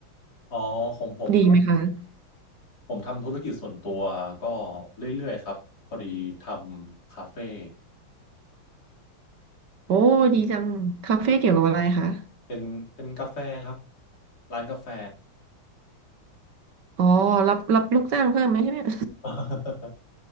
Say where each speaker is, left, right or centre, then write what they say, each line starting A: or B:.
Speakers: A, on the left; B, on the right.
A: อ๋อของผมก็
B: ดีไหมคะ
A: ผมทำธุรกิจส่วนตัวก็เรื่อยๆครับพอดีทำคาเฟ่
B: โอ้ดีจังคาเฟ่เกี่ยวกับอะไรคะ
A: เป็นเป็นกาแฟครับร้านกาแฟ
B: อ๋อรับรับลูกจ้างเพิ่มไหมเนี่ย
A: <laughs>